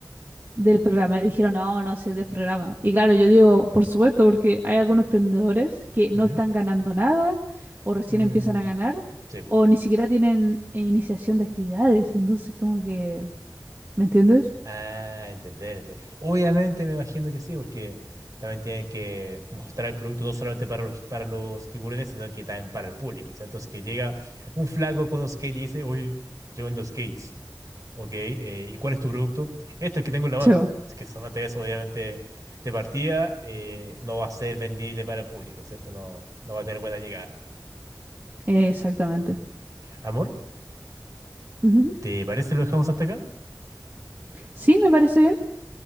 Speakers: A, on the right; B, on the right.
A: del programa? Y dijeron, no, no, si es del programa. Y claro, yo digo, por supuesto, porque hay algunos emprendedores que no
B: ujú,
A: están ganando nada o recién
B: mm,
A: empiezan a ganar
B: sí,
A: o ni siquiera tienen eh, iniciación de actividades. Entonces, como que, ¿me entiendes?
B: Ah, entender, entender. Obviamente me imagino que sí, porque también tienen que mostrar el producto no solamente para los, para los tiburones, sino que también para el público, ¿cierto? Es que llega un flaco con un skate y dice, oye, yo vendo skates, ¿ok? eh, ¿y cuál es tu producto? Este, el que tengo en la mano.
A: Sí, bo.
B: Es que solamente eso, obviamente, de partida eh, no va a ser vendible para el público, ¿cierto? No, no va a tener buena llegada.
A: exactamente.
B: Amor,
A: Ujú.
B: ¿te parece si lo dejamos hasta acá?
A: Sí, me parece bien.